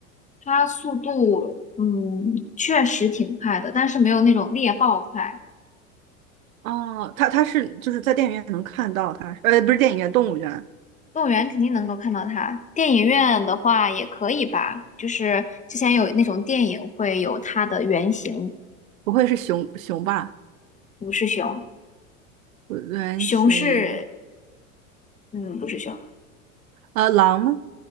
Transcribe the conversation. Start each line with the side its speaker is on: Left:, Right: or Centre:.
Left: 它速度，嗯，确实挺快的，但是没有那种猎豹快。
Right: 啊、它它是就是在电影院能看到它，呃，不是电影院，动物园，
Left: 动物园肯定能够看到它，电影院的话也可以吧。就是之前有那种电影会有它的原型，
Right: 不会是熊熊吧？
Left: 不是熊，
Right: 原型，
Left: 熊是，嗯，不是熊，
Right: 呃，狼呢